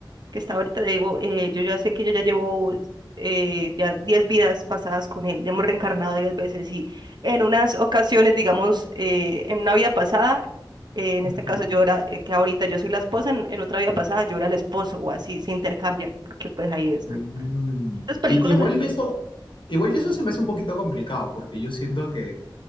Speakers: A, on the right (about 60°); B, on the left (about 75°).
A: que está ahorita, digo, eh, yo ya sé que yo ya llevo eh, ya 10 vidas pasadas con él, ya hemos reencarnado 10 veces y en unas ocasiones, digamos, eh, en una vida pasada, eh, en
B: Ujú.
A: este caso yo era, eh, que ahorita yo soy la esposa, en, en otra vida pasada yo era el esposo o así, se intercambian, porque pues ahí es.
B: Mm.
A: Las películas
B: I- Igual y
A: eh,
B: eso, igual y eso se me hace un poquito complicado, porque yo siento que,